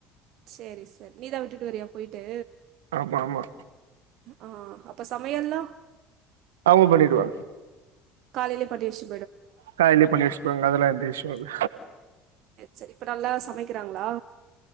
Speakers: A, on the right; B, on the right.
A: சேரி செர் நீதான் விட்டுட்டு வரியா போய்ட்டு
B: ஆமாம்மா
A: ஆ அப்ப சமையல்லா
B: அவங்க பண்ணிடுவாங்க
A: காலேலே பண்ணி வஸ்ஸு
B: கால்லே பண்ணி வஸ்க்குவாங் அதெல்லா எந்த இஷு இல்ல
A: சரி இப்ப நல்லா சமைக்குறாங்ளா